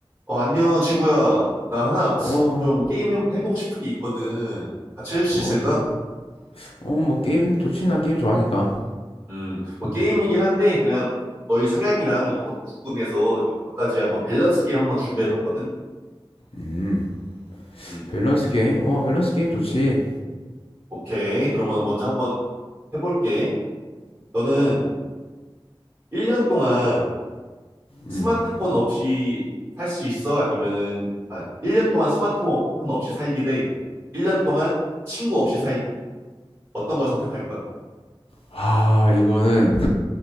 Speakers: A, on the right; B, on the left.
A: 어, 안녕, 친구야. 나 하나
B: 어,
A: 좀 게임 해, 해보고 싶은 게 있거든. 같이 할 수
B: 어,
A: 있을까?
B: 또, 어, 뭐, 게임 좋지, 나 게임 좋아하니까.
A: 음, 뭐 게임이긴 한데, 그냥 너의 성향이랑 이런 것도 궁금해서 몇 가지 한번 밸런스 게임 한번 준비해 봤거든.
B: 음,
A: 음,
B: 밸런스 게임? 어, 밸런스 게임 좋지.
A: 오케이. 그러면 먼저 한번 해볼게. 너는 1년 동안 스마트폰
B: 음.
A: 없이 살 수 있어? 아니면은, 아, 1년 동안 스마트폰 없이 살기 대 1년 동안 친구 없이 살기. 어떤 걸 선택할 거야?
B: 아, 이거는